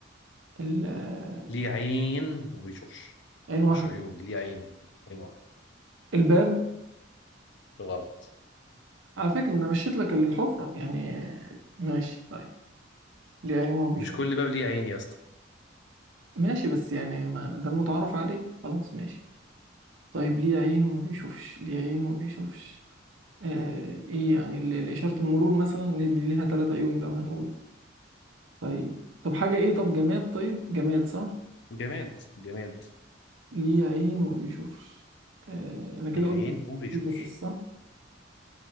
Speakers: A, on the right (about 75°); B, on the left (about 65°).
A: ال- آه،
B: ليه عين وما بيشوفش
A: عين واحدة
B: مش عيون ليه عين عين واحد
A: الباب
B: غلط
A: على فكرة انا مشيت لك الحفرة يعني آه، ماشي طيب ليه عيون ما بيشوفش
B: مش كل باب ليه عين يا اسطى
A: ماشي بس يعني ما ده المتعارف عليه خلاص ماشي طيب ليه عين وما بيشوفش ليه عين وما بيشوفش آه ايه يعني ال- ال- إشارة المرور مثلا ليه- دي ليها ثلاث عيون لو هنقول طيب طب حاجة ايه طب جماد طيب جماد صح
B: جماد جماد
A: ليه عين وما بيشوفش آه انا كده
B: ليه
A: قلت
B: عين وما بيشوفش
A: بس صح